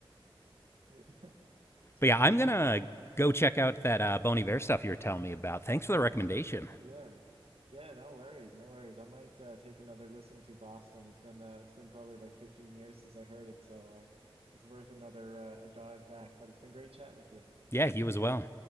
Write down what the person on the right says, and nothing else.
yeah, <laughs> it's
really
funny.
Yeah,
absolutely.
Yeah. Yeah, no worries, no worries. I might uh, take another listen to Boston. It's been uh, it's been probably like 15 years since I heard it, so uh, it's worth another uh, a dive back. But it's been great chatting with you.